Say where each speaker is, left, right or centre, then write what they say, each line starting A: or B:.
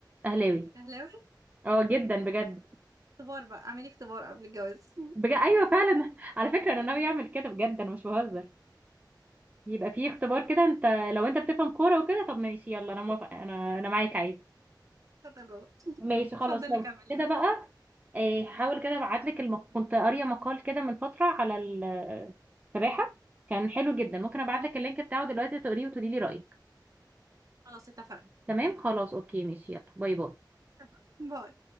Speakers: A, on the right; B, on the right.
A: اهلاوي
B: اهلاوي
A: اه جدا بجد
B: اختبار بقى اعملي اختبار قبل الجواز <laughs>
A: بجد ايوه فعلا <laughs> على فكره انا ناوي اعمل كده بجد انا مش بهزر يبقى في اختبار كده انت لو انت بتفهم كوره وكده طب ماشي يلا انا موافقه انا انا معاك عادي
B: اتفضل جوه
A: ماشي خلاص
B: اتفضل
A: لو
B: نكمل
A: كده بقى إيه، حاول كده ابعت لك الم... كنت قاريه مقال كده من فتره على ال- السباحه كان حلو جدا ممكن ابعت لك اللينك بتاعه دلوقتي تقريه وتقولي لي رايك
B: خلاص اتفقنا
A: تمام خلاص اوكي ماشي يلا باي باي
B: اتفقنا باي